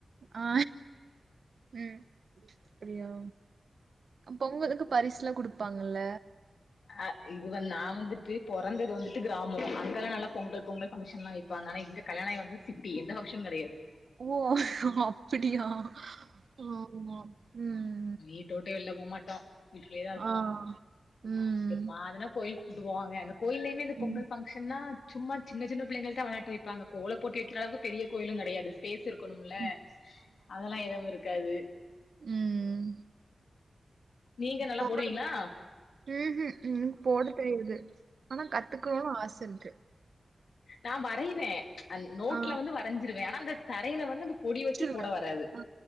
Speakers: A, on the right; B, on the left.
A: ஆ உம் அப்படியா பொங்கலுக்கு பரிசுலாம் குடுப்பாங்கல்ல
B: அ இது வந்து நா வந்துட்டு பொறந்தது வந்துட்டு கிராமம் அங்கெல்லாம் நல்லா பொங்கல் பொங்கல் ஃபங்க்ஷன் எல்லாம் வை ப்பாங்க ஆனா இங்க கல்யாணம் ஆகி வந்து சிட்டி எந்த ஃபங்கஷனும் கிடையாது
A: ஓ அப்படியா ஆமா உம்
B: வீட்ட வுட்டு வெளில போமாட்டோம் வீட்டுக்குள்ளே தான் இருப்போம்
A: ஆ ம்
B: எப்மாதுனா கோயில் விடுவாங்க அந்த கோயிலயுமே இந்த பொங்கல்
A: ம்
B: ஃப ஃபங்ஷன்னா சும்மா சின்ன சின்ன பிள்ளைங்களுக்கு தான் விளையாட்டு வைப்பாங்க கோல போட்டி வைக்கிற அளவுக்கு பெரிய கோயிலும் கிடையாது பிளேஸ் இருக்கணும்ல
A: ம்.
B: அதெல்லாம் எதுவும் இருக்காது
A: உம்
B: நீங்க
A: உங்களுக்கு
B: நல்லா போடுவீங்களா
A: உஹும் உம் போட தெரியாது ஆனா கத்துக்கணும்னு ஆச இருக்கு
B: நா வரைவேன் அந்த் நோட்ல
A: ஆ
B: வந்து வரைஞ்சிருவேன் ஆனா அந்த தரையில வந்து பொடி
A: வச்சுருவேன்.
B: வச்சு போட வராது
A: ஆ.